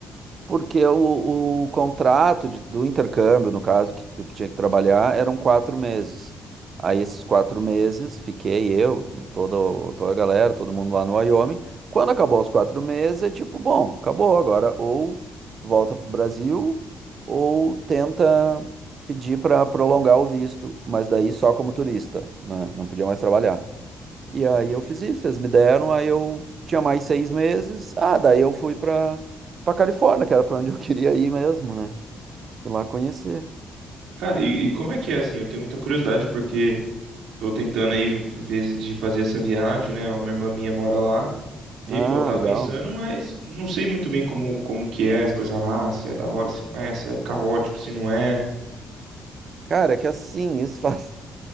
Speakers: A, on the right; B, on the right.
A: Porque o, o contrato de- do intercâmbio, no caso, que- do que tinha que trabalhar, eram quatro meses. Aí esses quatro meses fiquei eu, toda, o- toda a galera, todo mundo lá no Wyoming. Quando acabou os quatro meses, é tipo, bom, acabou agora. Ou volta pro Brasil, ou tenta pedir para prolongar o visto, mas daí só como turista, né? Não podia mais trabalhar. E aí eu fiz isso, eles me deram, aí eu tinha mais seis meses. Ah, daí eu fui pra, pra Califórnia, que era pra onde eu <laughs> queria ir mesmo, né? Fui lá conhecer.
B: Cara, e, e como é que é assim? Eu tenho muita curiosidade porque tô tentando aí ver de fazer essa viagem, né? Uma irmã minha mora lá. E,
A: Ah,
B: pô, eu tava
A: legal.
B: pensando, mas não sei muito bem como, como que é as coisas lá, se é da hora, se não é, se é caótico, se não é.
A: Cara, é que assim, isso faz,